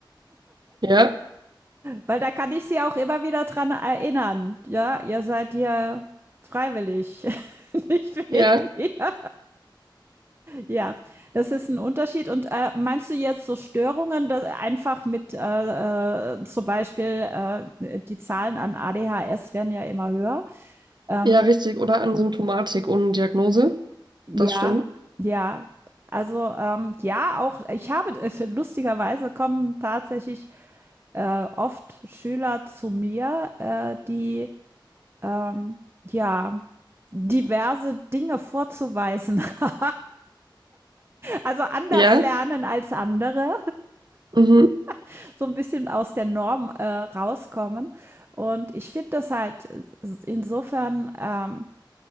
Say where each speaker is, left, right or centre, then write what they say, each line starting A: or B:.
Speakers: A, on the right (about 60°); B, on the right (about 30°).
A: Ja,
B: weil da kann ich sie auch immer wieder dran erinnern. Ja, ihr seid hier freiwillig, <laughs> nicht
A: ja.
B: wegen mir. Ja, das ist ein Unterschied. Und äh, meinst du jetzt so Störungen, dass einfach mit äh, äh, zum Beispiel äh, die Zahlen an ADHS werden ja immer höher? Ähm,
A: Ja, richtig. Oder an Symptomatik ohne Diagnose.
B: Ja,
A: Das stimmt.
B: ja. Also, ähm, ja, auch ich habe äh, lustigerweise kommen tatsächlich äh, oft Schüler zu mir, äh, die ähm, ja diverse Dinge vorzuweisen. <laughs> Also anders
A: Ja.
B: lernen als andere,
A: Mhm.
B: <laughs> so ein bisschen aus der Norm äh, rauskommen. Und ich finde das halt äh, insofern ähm,